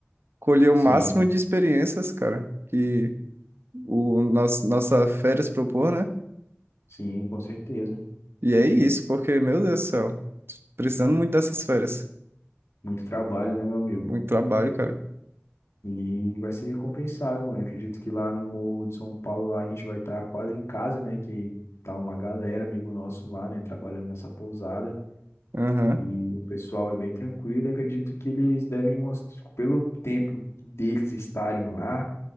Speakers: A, on the right; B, on the left.
A: colher o
B: Sim,
A: máximo de experiências, cara, que o nosso, nossa férias propor, né?
B: sim, com certeza.
A: E é isso, porque, meu Deus do céu, precisando muito dessas férias.
B: Muito trabalho, né, meu amigo?
A: Muito trabalho, cara.
B: E vai ser recompensado, mano. Acredito que lá no Morro de São Paulo, lá a gente vai estar quase em casa, né? Que tá uma galera, amigo nosso lá, né? Trabalhando nessa pousada.
A: Aham.
B: E o pessoal é bem tranquilo. Eu acredito que eles devem mostrar, pelo tempo deles estarem lá,